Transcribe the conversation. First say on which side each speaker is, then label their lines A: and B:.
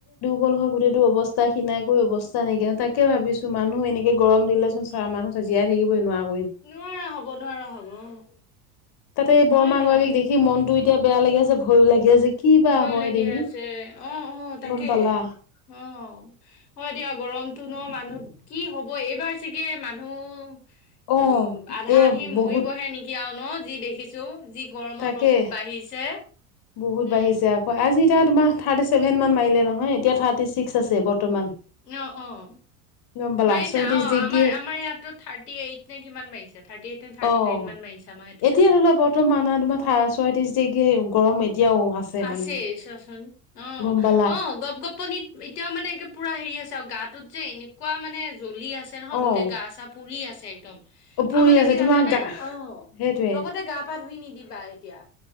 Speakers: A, on the left (about 55°); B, on the left (about 85°).
A: গল হৈ গোটেইটো অৱস্থা খিনাই কৈ অৱস্থা নাইকিয়া, তাকে ভাবিছো মানুহ এনেকে গৰম দিলেচোন চাৰ মানুহ। জীয়াই থাকিবই নোৱাৰো।
B: নোৱাৰা হ'ব নোৱাৰা হ'ব অ।
A: তাতে এই
B: অ
A: বৰমা
B: হয় দিয়া
A: গৰাকীক দেখি মন টো এতিয়া বেয়া লাগি আছে ভয়ো লাগি আছে। কি বা
B: ভয়ো
A: হয়
B: লাগি
A: দেহি
B: আছে অহ অহ তাকে।
A: গম পালা
B: অহ, হয় দিয়া গৰমটো ন' মানুহ কি হ'ব এইবাৰ চাগে মানুহ।
A: অ
B: উম আধা
A: এ
B: আধি মৰিবহে
A: বহুত
B: নেকি আও। ন যি দেখিছো যি গৰমৰ
A: তাকে
B: প্ৰকোপ বাঢ়িছে।
A: বহুত
B: উম
A: বাঢ়িছে আকৌ আজি এতিয়া তোমাৰ থাৰ্টি চেভেন মান মাৰিলে নহয় এতিয়া থাৰ্টি ছিক্স আছে বৰ্তমান।
B: অহ অহ।
A: গম পালা
B: মাৰিছে
A: ছয়ত্ৰিশ
B: অ
A: ডিগ্ৰী
B: আমাৰ আমাৰ ইয়াতো থাৰ্টি এইট নে কিমান মাৰিছে থাৰ্টি এইট। নে থাৰ্টি
A: অ এতিয়া
B: নাইন মান মাৰিছে আমাৰ সেইটো চাইডেও
A: ধৰিলোৱা বৰ্তমান তোমাৰ ছয়ত্ৰিশ ডিগ্ৰী গৰম। এতিয়াও
B: আছে
A: মানে
B: চোৱাচোন। অ
A: গম পালা
B: অ গপ গপনিত এতিয়াও মানে একে পুৰা হেৰি হৈছে আৰু গাটোত যে এনেকুৱা মানে। জ্বলি আছে নহয় গোটেই
A: অ
B: গা চা পুৰি আছে একদম।
A: অ পুৰি
B: আৰু মানে
A: আছে
B: কি
A: তোমাৰ
B: জানানে
A: গা
B: অ
A: সেইটোৱে
B: লগতে গা পা ধুই নিদিবা এতিয়া।